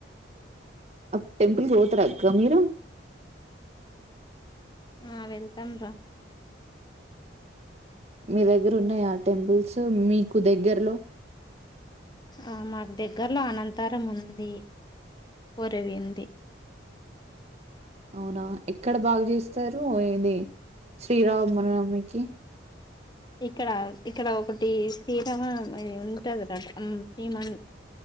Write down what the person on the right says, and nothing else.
అబ్ టెంపుల్స్ పోతారక్క మీరు
మీ దగ్గర ఉన్నాయా ఆ టెంపుల్స్ మీకు దగ్గరలో
అవునా ఎక్కడ బాగా చేస్తారు ఇది శ్రీరామ్నమ్మికి